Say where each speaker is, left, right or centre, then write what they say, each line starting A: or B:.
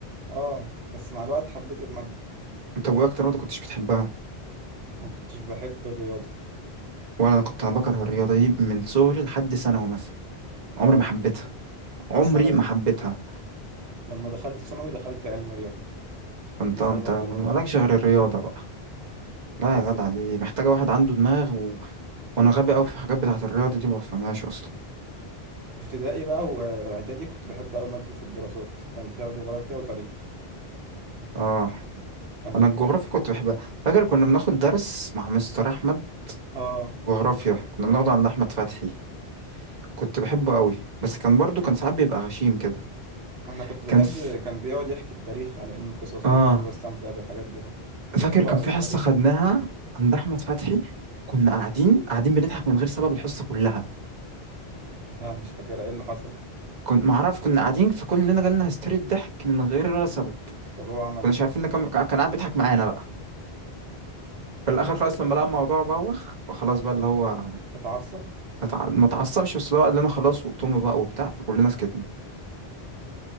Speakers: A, on the right (about 75°); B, on the right (about 45°).
A: اه بس مع الوقت حبيت المادة
B: طب وايه اكتر رياضة كنتش بتحبها
A: ما كنتش بحب الرياضة
B: ولا انا كنت انا بكره الرياضة دي من صغري لحد ثانوي مثلا
A: اه
B: عمري ما حبيتها عمري
A: بس انا ده.
B: ما حبيتها
A: لما دخلت ثانوي دخلت علم رياضة
B: فانت
A: لسبب
B: انت مالكش
A: ما
B: غير الرياضة بقى لا
A: بس
B: يا جدع دي محتاجة واحد عنده دماغ و... وانا غبي قوي في الحاجات بتاعة الرياضة دي ما بفهمهاش اصلا
A: في ابتدائي بقى وإع- واعدادي كنت بحب أوي مادة الدراسات كان فيها جغرافيا وتاريخ
B: اه
A: كان
B: انا
A: الت...
B: الجغرافيا كنت بحبها فاكر كنا بناخد درس مع مستر احمد
A: اه
B: جغرافيا كنا بناخده عند احمد فتحي كنت بحبه قوي بس كان برضو كان ساعات بيبقى غشيم كده
A: انا كنت بحب
B: كان في...
A: كان بيقعد يحكي التاريخ على انه قصص
B: اه
A: فانا كنت بستمتع بالحاجات دي اوي بحب
B: فاكر كان
A: اقرا
B: في
A: التاريخ
B: حصة خدناها
A: عامة
B: عند احمد فتحي كنا قاعدين قاعدين بنضحك من غير سبب الحصة كلها
A: لا مش فاكرة ايه اللي حصل
B: كنت معرف كنا قاعدين فكلنا جالنا هستيري الضحك من غير ولا سبب
A: طب هو عمل
B: كناش
A: ايه
B: عارفين ان كان كان قاعد بيضحك معانا بقى في الاخر خلاص لما لقى الموضوع بوخ فخلاص بقى اللي هو
A: اتعصب
B: ما تع- ما اتعصبش بس اللي هو قال لنا خلاص وقتهم بقى وبتاع فكلنا سكتنا